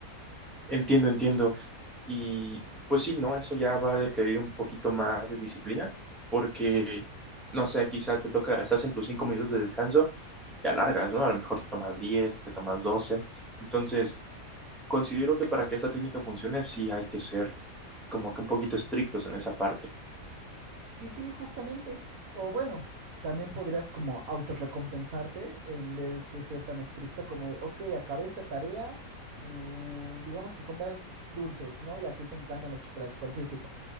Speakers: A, in the centre; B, on the right.
A: Entiendo, entiendo. Y pues sí, ¿no? Eso ya va a requerir un poquito más de disciplina porque, no sé, quizá te toca, estás en tus 5 minutos de descanso y te alargas, ¿no? A lo mejor te tomas diez te tomas doce Entonces, considero que para que esta técnica funcione sí hay que ser como que un poquito estrictos en esa parte,
B: Sí, sí, justamente. O bueno, también podrías como autorrecompensarte en vez de ser tan estricto como de, ok, acabé esta tarea, me... digamos que compras dulces, ¿no? Y a ti te encantan los chocolates, por así decirlo.